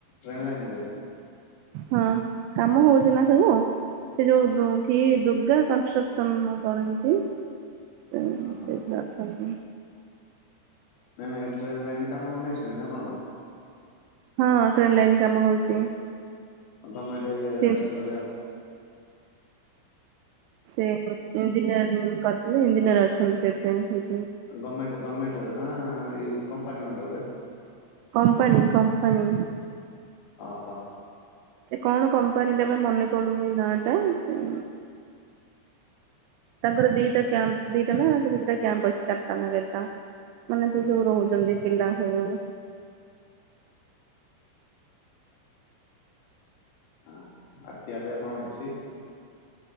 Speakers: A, on the left; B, on the right.
A: ଟ୍ରେନ୍ ଲାଇନରେ
B: ହଁ କାମ ହଉଛି ନା ସବୁ ସେ ଯୋଉ କି ଦୁର୍ଗା କନଷ୍ଟ୍ରକ୍ସନ କଣ ଏମତି ସେଠି
A: ଓହୋ
B: ଅଛନ୍ତି।
A: ନାଇଁ ନାଇଁ ଟ୍ରେନ ଲାଇନରେ କାମନେଇଛନ୍ତି ନା କଣ?
B: ହଁ ଟ୍ରେନ୍ ଲାଇନ୍ କାମ ହଉଛି।
A: <unintelligible> ଆପମଟରେ
B: ସେ
A: ରଶଣ
B: ସେ ଇଞ୍ଜିନିୟରିଂ କରିଥିଲେ ଇଞ୍ଜିନିୟର ଅଛନ୍ତି ସେଥି
A: ଗର୍ମେଣ୍ଟ ଗୋର୍ଣ୍ମେଣ୍ଟର ନା ଏ କମ୍ପାନି ଅଣ୍ଡର୍ ରେ
B: କମ୍ପାନୀ କମ୍ପାନୀ
A: ଓହୋ
B: ସେ କଣ କମ୍ପାନୀଟା ପା ମନେ ପଡୁନି ନା ଟା ସେ ତାଙ୍କର ଦିଟା କ୍ୟାମ୍ପ ଦିଟା ନା ସେ କେତେଟା କ୍ୟାମ୍ପ ଅଛି ଚାରଟା ନା କେତେଟା। ମାନେ
A: ଉଁ
B: ସିଏ
A: ହୁଁ
B: ସବୁ ରହୁଚନ୍ତି ପିିଲା ସବୁ।
A: ହଁ। ଆଉ ଖିଆ ପିଆ କଣ ହେଇଛି?